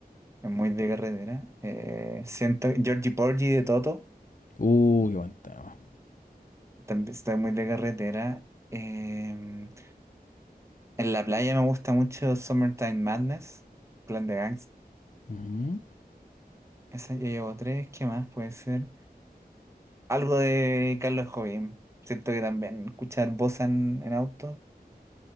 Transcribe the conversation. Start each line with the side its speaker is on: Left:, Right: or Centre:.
Right: es muy de carretera. Eh, siento, Georgie Porgy de Toto,
Left: Uh, qué buen tema.
Right: también estoy muy de carretera. Eh, en la playa me gusta mucho Summertime Madness, Clan de Gangs.
Left: Ujú.
Right: Esa ya llevo tres, ¿qué más puede ser? Algo de Carlos Jovín. Siento que también escuchar bossa en en auto.